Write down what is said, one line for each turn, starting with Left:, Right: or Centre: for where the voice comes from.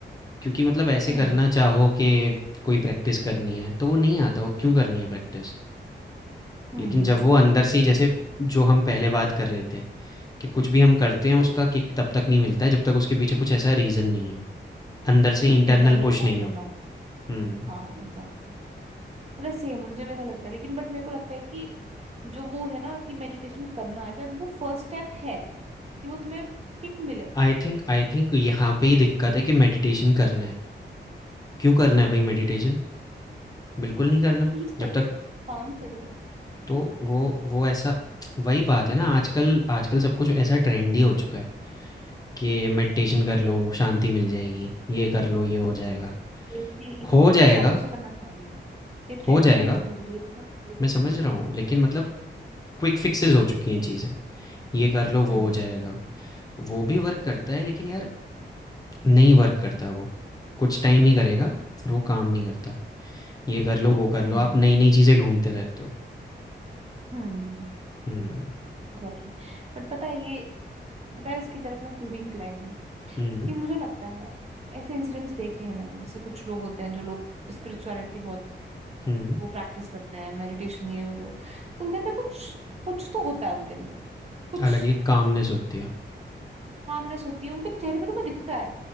Left: क्योंकि मतलब ऐसे
Right: हम्म
Left: करना चाहो कि कोई प्रैक्टिस करनी है तो वो नहीं आता वो क्यों करनी है प्रैक्टिस
Right: हम्म
Left: लेकिन जब वो अंदर से ही जैसे जो हम पहले बात कर रहे थे कि कुछ भी हम करते हैं उसका किक तब तक नहीं मिलता है जब तक उसके पीछे कुछ ऐसा रीज़न नहीं हो अंदर से इंटरनल
Right: इंटरनल
Left: पुश
Right: फैक्टर
Left: नहीं हो
Right: ना हो तो।
Left: हम्म
Right: हाँ एग्जैक्टली पता है सेम मुझे भी ऐसा लगता है लेकिन बट मेरे को लगता है कि जो वो है ना कि मेडिटेशन करना है शायद वो फर्स्ट स्टेप है कि वो तुम्हें किक मिले
Left: आई थिंक आई थिंक यहाँ पे ही दिक्कत है कि मेडिटेशन करना है क्यों करना है भाई
Right: ओके
Left: मेडिटेशन बिल्कुल नहीं करना
Right: पीस चाहिए
Left: जब तक
Right: काम चाहिए
Left: तो वो वो ऐसा वही बात है ना आजकल आजकल सब कुछ ऐसा ट्रेंडी हो चुका है कि मेडिटेशन कर लो शांति मिल जाएगी ये कर लो ये हो जाएगा
Right: ये भी ये
Left: हो
Right: तो कितने
Left: जाएगा
Right: सालों से करना चाह रही हूँ मैं ये ट्रेंडी
Left: हो जाएगा
Right: नहीं है मेरे लिए ये तो बहुत पहले
Left: मैं
Right: की
Left: समझ
Right: चीज है
Left: रहा हूँ लेकिन मतलब क्विक फिक्सेस हो चुकी हैं चीज़ें ये कर लो वो
Right: हम्म
Left: हो जाएगा वो भी वर्क करता है लेकिन यार नहीं वर्क करता वो कुछ टाइम ही करेगा फिर वो काम नहीं करता ये कर लो वो कर
Right: हम्म
Left: लो आप नई नई चीज़ें ढूंढते रहते हो
Right: हम्म
Left: हम्म
Right: गॉट इट। बट पता है ये पता है इसकी तरफ मैं क्यों भी इंक्लाइंड हूँ
Left: हम्म
Right: कि मुझे लगता है ऐसे इंसिडेंट्स देखे हैं मैंने जैसे कुछ लोग होते हैं जो लोग स्पिरिचुअलिटी बहुत
Left: हम्म
Right: वो प्रैक्टिस करते हैं मेडिटेशन ये वगैरह उनके अंदर कुछ कुछ तो होता है उनके अंदर कुछ
Left: अलग ही कामनेस होती है
Right: कामनेस होती है उनके चेहरे पे तो मैं दिखता है